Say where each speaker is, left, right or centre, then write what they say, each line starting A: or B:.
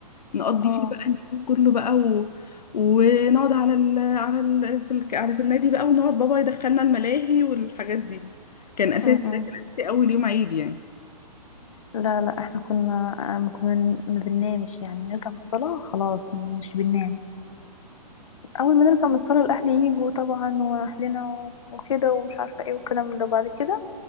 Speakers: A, on the left (about 80°); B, on the left (about 50°).
A: نقضي
B: اه
A: فيه بقى اليوم كله بقى و... ونقعد على ال... على ال... في ال... على في النادي بقى ونقعد بابا يدخلنا الملاهي والحاجات دي كان اساسي
B: امم
A: ده كان اساسي اول يوم عيد يعني
B: لا لا احنا كنا آه، ما كنا- ما بننامش يعني نرجع من الصلاة خلاص مش بننام اول ما نرجع من الصلاه الاهل يجوا طبعا واهلنا و- وكده ومش عارفه ايه وكلام من ده بعد كده